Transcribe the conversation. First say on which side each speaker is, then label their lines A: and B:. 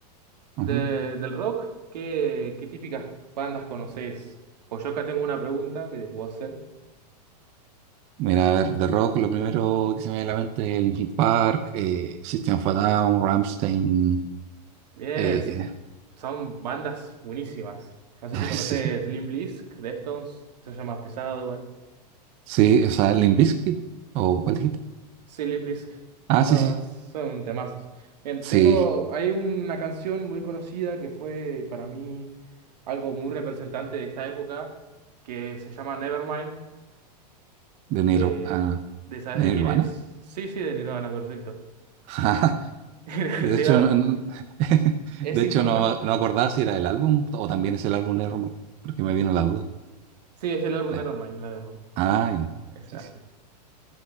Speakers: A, on the right; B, on the right.
A: De-
B: ujú.
A: del rock, ¿qué, qué típicas bandas conoces? Pues yo acá tengo una pregunta que te puedo hacer.
B: Mira, a ver, de rock lo primero que se me viene a la mente es Linkin Park, eh, System of a Down, Rammstein.
A: Bien,
B: eh,
A: so- son bandas buenísimas. No sé
B: <laughs>
A: si conoces
B: sí,
A: Limp Bizkit, Deftones, eso ya más pesado igual.
B: sí, o sea, Limp Bizkit, ¿o cuál dijiste?
A: Sí, Limp
B: Ah,
A: Bueno,
B: sí, sí,
A: son temazos. Bien,
B: sí,
A: tengo. Hay una canción muy conocida que fue para mí algo muy representante de esta época, que se llama Nevermind.
B: de, Nir-
A: eh,
B: ah,
A: ¿de sabes
B: de
A: de
B: Nirvana.
A: quién es? Sí, sí, de Nirvana, perfecto.
B: <laughs>
A: <laughs>
B: De
A: Te
B: hecho,
A: iba a-
B: no, no- <laughs>
A: Es
B: de
A: importante.
B: hecho no, no acordaba si era el álbum o también es el álbum de Nirvana, porque me vino la duda.
A: Sí, es el álbum
B: Eh,
A: de Nevermind, Nevermind.
B: Ah, ya.
A: Ese
B: Sí,
A: álbum.
B: sí.